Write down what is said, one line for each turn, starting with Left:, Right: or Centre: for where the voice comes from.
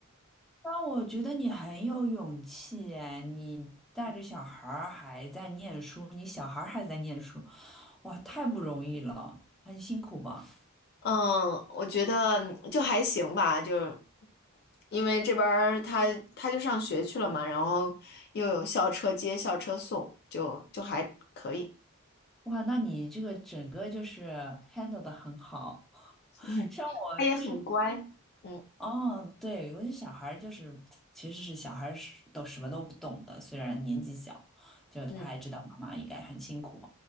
Centre: 那我觉得你很有勇气哎，你带着小孩儿还在念书，你小孩儿还在念书，哇，太不容易了，很辛苦吧。
Left: 嗯，我觉得就还行吧，就是因为这边儿他他就上学去了嘛，然后又有校车接、校车送，就就还可以。
Centre: 哇，那你这个整个就是 handle 的很好，<laughs>
Left: <laughs>
Centre: 像我就是，
Left: 他也很乖，嗯
Centre: 哦，对，有些小孩儿就是，其实是小孩儿是都什么都不懂的，虽然年纪小，就他也知道妈妈应该很辛苦。
Left: 嗯